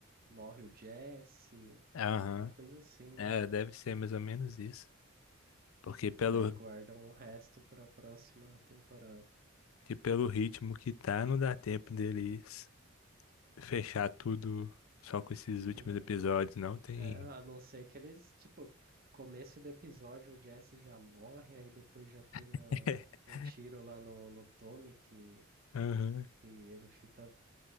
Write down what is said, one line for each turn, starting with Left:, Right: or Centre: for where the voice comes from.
Right: morre o Jesse,
Left: Aham.
Right: alguma coisa assim,
Left: É,
Right: né?
Left: deve ser mais ou menos isso. Porque pelo,
Right: E daí guardam o resto pra próxima temporada.
Left: que pelo ritmo que tá, não dá tempo deles fechar tudo só com esses últimos
Right: Não.
Left: episódios, não tem.
Right: É, a não ser que eles, tipo, começo do episódio o Jesse já morre, aí depois já tem
Left: <laughs>
Right: a, o tiro lá no, no Tommy que,
Left: Aham.
Right: que ele fica